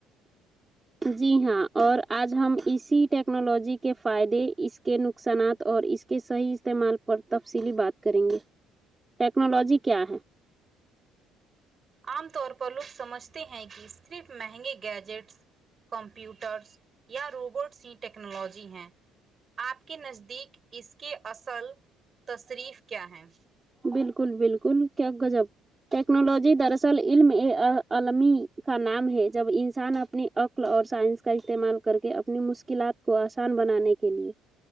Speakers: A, on the right; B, on the right.
A: جی ہاں اور آج ہم اسی ٹیکنالوجی کے فائدے اس کے نقصانات اور اس کے صحیح استعمال پر تفصیلی بات کریں گے ٹیکنالوجی کیا ہے
B: عام طور پر لوگ سمجھتے ہیں کہ صرف مہنگے گیجیٹس کمپیوٹرس یا روبوٹس ہی ٹیکنالوجی ہیں آپ کے نزدیک اس کے اصل تصریف کیا ہیں
A: بالکل بالکل کیا گجب ٹیکنالوجی در اصل علم عالمی کا نام ہے جب انسان اپنے عقل اور سائنس کا استعمال کرکے اپنی مشکلات کو آسان بنانے کے لیے